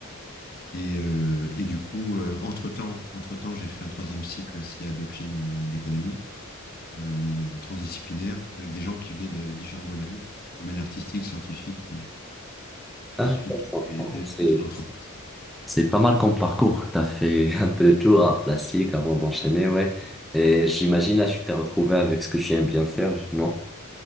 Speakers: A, on the left; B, in the centre.
A: Et, euh, et du coup, euh, entre-temps, entre-temps, j'ai fait un troisième cycle SIA Dauphine euh, d'économie euh, transdisciplinaire avec des gens qui venaient de différents domaines, domaines artistiques, scientifiques et, scientifiques
B: Ah, intéressant.
A: et
B: en
A: de,
B: fait, c'est...
A: et de l'entreprise.
B: C'est pas mal comme parcours. T'as fait <laughs> un peu de tour à plastique avant d'enchaîner, ouais. Et j'imagine là, tu t'es retrouvé avec ce que tu aimes bien faire, non?